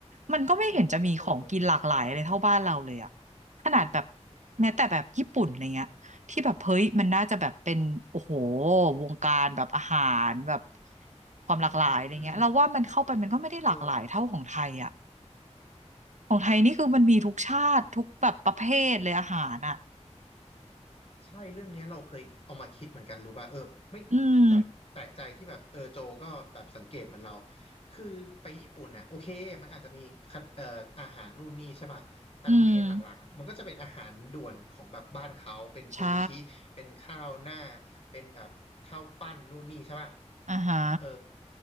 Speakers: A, on the right; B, on the left.
A: มันก็ไม่เห็นจะมีของกินหลากหลายอะไรเท่าบ้านเราเลยอ่ะ
B: เออ
A: ขนาดแบบแม้แต่แบบญี่ปุ่นอะไรเงี้ยที่แบบเฮ้ยมันน่าจะแบบเป็นโอ้โหวงการแบบอาหารแบบความหลากหลายอะไรเงี้ยเราว่ามันเข้าไปมันก็ไม่ได้หลากหลายเท่าของไทยอ่ะ
B: อืมเออ
A: ของไทยนี่คือมันมีทุกชาติทุกแบบประเภทเลยอาหารอ่ะ
B: ใช่เรื่องเนี้ยเราเคยเอามาคิดเหมือนกันรู้ป่ะเออไม่
A: อืม
B: แบบแปลกใจที่แบบเออโจก็แบบสังเกตเหมือนเราคือไปญี่ปุ่นน่ะโอเคมันอาจจะมีคันเอ่ออาหารนู่นนี่ใช่ป่ะแต่เมนหลักๆอะมันก็จะเป็นอาหารด่วนของแบบบ้านเขาเป็นซูชิเป็นข้าวหน้า
A: อืม ใช่
B: เป็นแบบข้าวปั้นนู่นนี่ใช่ป่ะ
A: อ่าฮะ
B: เออ